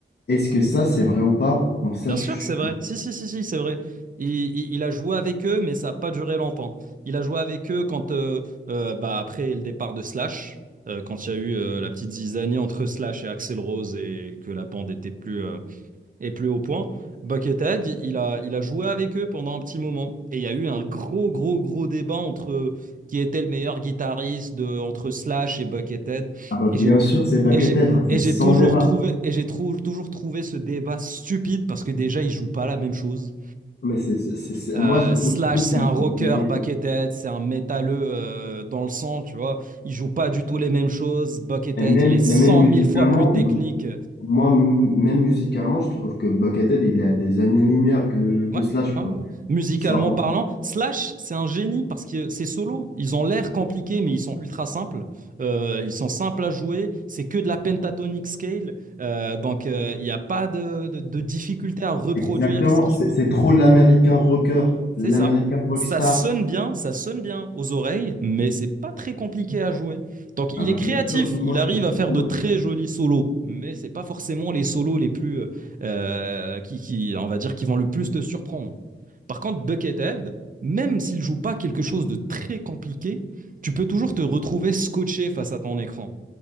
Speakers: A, on the left; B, on the right.
A: Est-ce que ça, c'est vrai ou pas? Comme ça,
B: Bien
A: je...
B: sûr,
A: je-
B: c'est vrai. Si, si, si, si, c'est vrai. Il, il- il a joué avec eux, mais ça n'a pas duré longtemps. Il a joué avec eux quand, euh, euh, bah, après le départ de Slash, euh, quand il y a eu euh, la petite zizanie entre Slash et Axel Rose et que la bande était plus, euh, et plus haut point, Buckethead, il a, il a joué avec eux pendant un petit moment. Et il y a eu un gros, gros, gros débat entre qui était le meilleur guitariste de, entre Slash et Buckethead.
A: Ah bah bien
B: Et j'ai tou-
A: sûr, c'est Buckethead,
B: et j'ai
A: hein,
B: et
A: c'est
B: j'ai
A: sans
B: toujours
A: débat.
B: trouvé, et j'ai trou- toujours trouvé ce débat stupide parce que déjà, ils jouent pas la même chose.
A: Mais c'est, c'est, c'est- c'est-
B: Euh,
A: Moi, je,
B: Slash,
A: moi, je trouve
B: c'est
A: que
B: un
A: c'est
B: rocker,
A: Buckethead.
B: Buckethead, c'est un métalleux euh, dans le sang, tu vois. Ils jouent pas du tout les mêmes choses. Buckethead,
A: Et même,
B: il est cent
A: et même musicalement,
B: mille fois plus technique.
A: moi, je- moi, m- même musicalement, je trouve que Buckethead, il est à des années-lumière que de,
B: Ouais,
A: de Slash,
B: ouais,
A: quoi.
B: ouais. Musicalement
A: Ça,
B: parlant, Slash, c'est un génie parce que c'est solo. Ils ont l'air compliqués, mais ils sont ultra simples. Euh, ils sont simples à jouer. C'est que de la pentatonic scale. Euh, donc, euh, il n'y a pas de, de, de difficulté à reproduire
A: Exactement,
B: ce qu'ils
A: c'est
B: jouent.
A: c'est trop l'américain rocker,
B: C'est
A: l'américain
B: ça.
A: rockstar.
B: Ça sonne bien, ça sonne bien aux oreilles, mais c'est pas très compliqué à jouer. Donc il
A: Ah bah
B: est créatif,
A: bien sûr, mais moi
B: il arrive
A: je sais
B: à faire
A: tout.
B: de
A: hein.
B: très jolis solos, mais c'est pas forcément les solos les plus euh, qui, qui, on va dire, qui vont le plus te surprendre. Par contre, Buckethead, même s'il joue pas quelque chose de très compliqué, tu peux toujours te retrouver scotché face à ton écran.